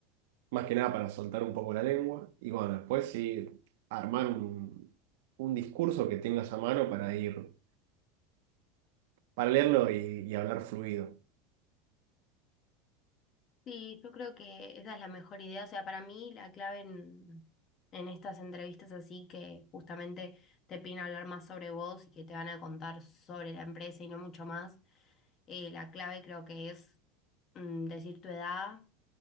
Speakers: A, on the right; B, on the left.
A: más que nada para soltar un poco la lengua. Y bueno, después sí, armar un, un discurso que tengas a mano para ir, para leerlo y, y hablar fluido.
B: Sí, yo creo que esa es la mejor idea. O sea, para mí la clave en, en estas entrevistas así que justamente te piden hablar más sobre vos y que te van a contar sobre la empresa y no mucho más, eh, la clave creo que es mm, decir tu edad